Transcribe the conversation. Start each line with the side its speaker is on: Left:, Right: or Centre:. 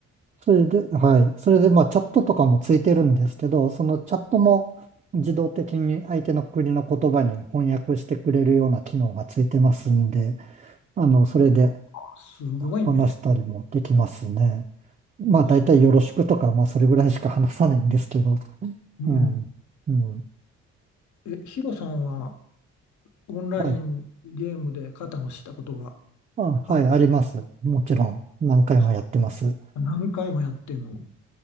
Right: それで、はい。それで、まあ、チャットとかもついてるんですけど、そのチャットも自動的に相手の国の言葉に翻訳してくれるような機能がついてますんで、あの、それで
Left: あすごいね。
Right: 話したりもできますね。まあ、
Left: は
Right: 大体よろしくとか、まあ、それぐらいしか話さないんですけど、
Left: うん。
Right: うん。うん。
Left: え、ヒロさんはオンラインゲームで肩をしたことが
Right: はい。あ、
Left: ある。
Right: はい、あります。もちろん、何回もやってます。
Left: あ、何回もやってるの。